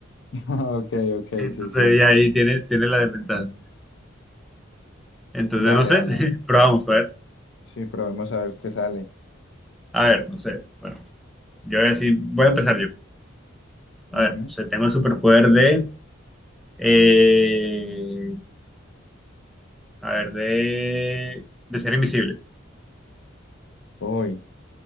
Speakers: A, on the left (about 65°); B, in the centre.
A: <laughs> ok, ok,
B: Entonces
A: sí, sí.
B: ella ahí tiene, tiene la desventaja. Entonces,
A: Dale,
B: no sé,
A: dale.
B: <laughs> pero vamos a ver.
A: Sí, probemos a ver qué sale.
B: A ver, no sé. Bueno, yo voy a decir, voy a empezar yo. A
A: Ujú.
B: ver, no sé, tengo el superpoder de, eh, a ver, de, de ser invisible.
A: Uy,